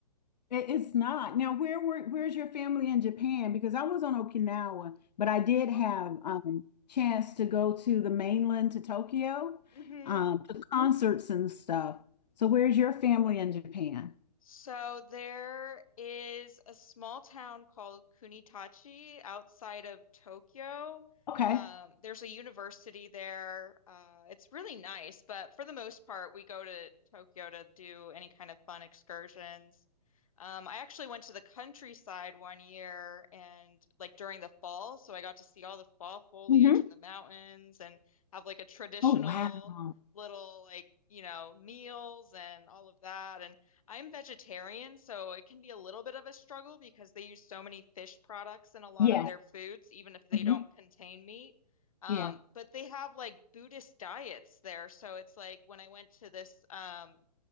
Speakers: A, on the left; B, on the left.
A: it's not. Now, where were where's your family in Japan? Because I was on Okinawa, but I did have
B: Oh.
A: um chance to go to the mainland to Tokyo,
B: hmm
A: um, to concerts and stuff. So where's your family in Japan?
B: So there is a small town called Kunitachi outside of Tokyo.
A: Okay.
B: Um, there's a university there. Uh, it's really nice, but for the most part, we go to Tokyo to do any kind of fun excursions. Um, I actually went to the countryside one year and like during the fall, so I got to see all the fall foliage
A: hmm
B: in the mountains and have like a traditional
A: Oh, wow.
B: little like, you know, meals and all of that. And I'm vegetarian, so it can be a little bit of a struggle because they use so many fish products in a lot
A: Yes.
B: of their foods, even if they
A: Mhm.
B: don't contain meat. Um,
A: Yeah.
B: but they have like Buddhist diets there. So it's like when I went to this um